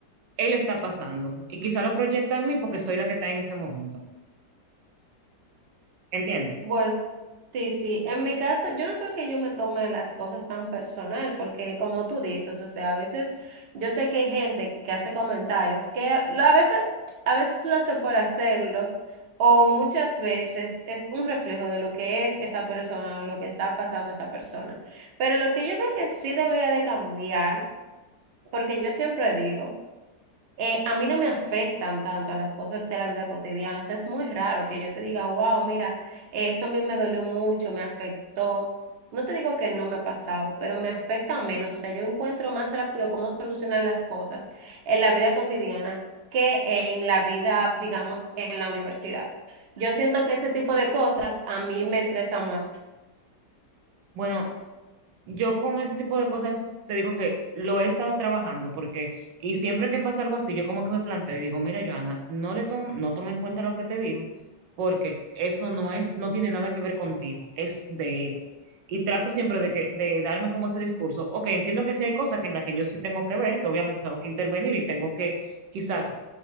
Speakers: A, on the right; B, on the right.
A: él está pasando y quizá lo proyecta en mí porque soy la que está en ese momento, ¿entiendes?
B: Bueno, sí, sí. En mi caso, yo no creo que yo me tome las cosas tan personal, porque como tú dices, o sea, a veces yo sé que hay gente que hace comentarios que a lo- a veces, a veces lo hace por hacerlo, o muchas veces es un reflejo de lo que es esa persona o lo que está pasando a esa persona. Pero lo que yo creo que sí debería de cambiar, porque yo siempre digo. eh, a mí no me afectan tanto a las cosas de la vida cotidiana. O sea, es muy raro que yo te diga, wow, mira, eso a mí me dolió mucho, me afectó. No te digo que no me ha pasado, pero me afecta menos. O sea, yo encuentro más rápido cómo solucionar las cosas en la vida cotidiana que en la vida, digamos, en la universidad. Yo siento que ese tipo de cosas a mí me estresan más.
A: Bueno, Yo con ese tipo de cosas te digo que lo he estado trabajando porque, y siempre que pasa algo así, yo como que me planteo y digo, mira, Joana, no le tom- no toma en cuenta lo que te dijo porque eso no es, no tiene nada que ver contigo, es de él. Y trato siempre de que, de darme como ese discurso, ok, entiendo que sí hay cosas que en las que yo sí tengo que ver, que obviamente tengo que intervenir y tengo que quizás